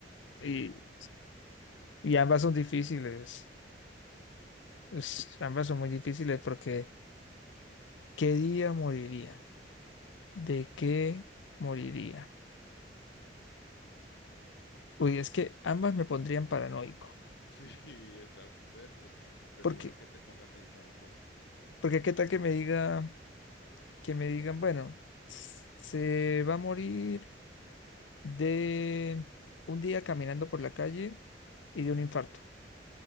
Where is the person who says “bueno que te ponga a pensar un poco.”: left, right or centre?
Left